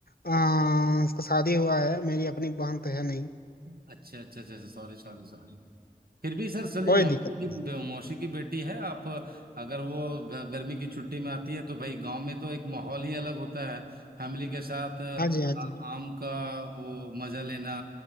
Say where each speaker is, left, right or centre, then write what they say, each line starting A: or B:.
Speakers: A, on the left; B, on the right.
A: आ, उसका शादी हुआ है मेरी अपनी बहन तो है नहीं
B: अच्छा अच्छा अच्छा सॉरी सॉरी सॉरी फिर भी सर सलीम
A: कोई
B: मौसी
A: दिक्कत
B: की
A: नहीं
B: मौसी की बेटी है आप अगर वो ग- गर्मी की छुट्टी में आती है तो भाई गांव में तो एक माहौल ही अलग होता है फैमिली के साथ
A: हाँ जी हाँ जी
B: आ- आम का वो मजा लेना